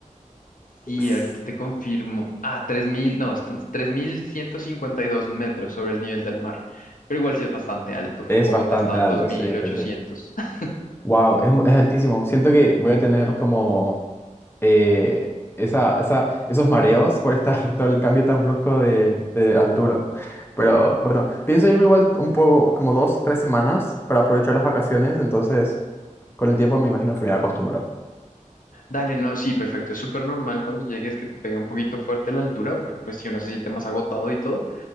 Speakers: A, on the left (about 85°); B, on the left (about 15°).
A: Y
B: S-
A: ahorita te confirmo, ah, 3.000 no, están 3.152 metros sobre el nivel del mar. Pero igual sí es bastante alto.
B: Es
A: Bogotá
B: bastante
A: está
B: alto,
A: en dos mil
B: sí,
A: ochocientos
B: sí, sí.
A: <laughs>
B: Wow, es, mu- es altísimo. Siento que voy a tener como eh, esa, esa, esos mareos por estar <laughs> todo el cambio tan brusco de, de altura. Pero bueno, pienso irme igual un poco, como dos, tres semanas para aprovechar las vacaciones, entonces con el tiempo me imagino que me voy a acostumbrar.
A: Dale, no, sí, perfecto. Es súper normal cuando llegues que te pegue un poquito fuerte la altura, porque pues si uno se siente más agotado y todo.